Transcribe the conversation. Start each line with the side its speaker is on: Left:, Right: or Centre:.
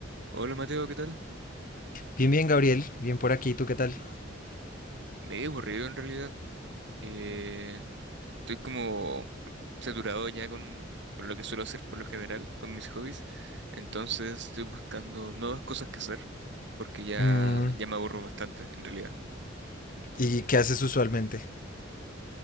Right: Hola Mateo, ¿qué tal?
Left: Bien, bien, Gabriel. Bien por aquí. ¿Tú qué tal?
Right: Medio aburrido en realidad. Eh, estoy como saturado ya con, con lo que suelo hacer por lo general, con mis hobbies. Entonces estoy buscando nuevas cosas que hacer porque ya,
Left: Mm,
Right: ya me aburro bastante en realidad.
Left: ¿y qué haces usualmente?